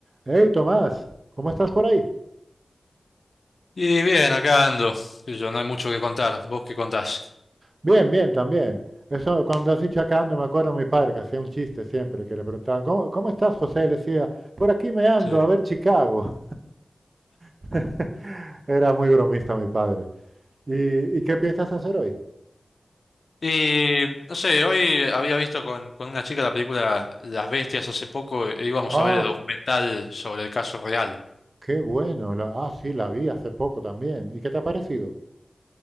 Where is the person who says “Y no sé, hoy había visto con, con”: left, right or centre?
Left